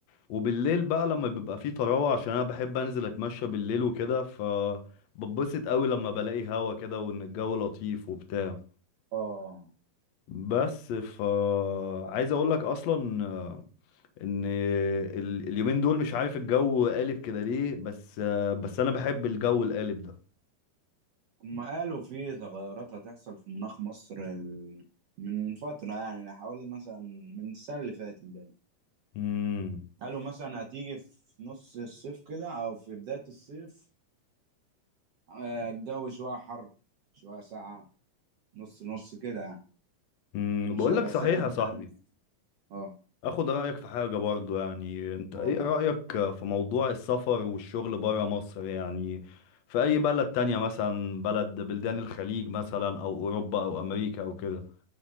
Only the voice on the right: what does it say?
اه
هما قالوا في تغيرات هتحصل في مناخ مصر ال- من فترة يعني حوالي مثلا من السنة اللي فاتت بقى
قالوا مثلا هتيجي في نص الصيف كده أو في بداية الصيف آه، الجو شوية حر شوية ساقعة نص نص كده يعني
مش
هيبقى
ثابت
يعني اه
اه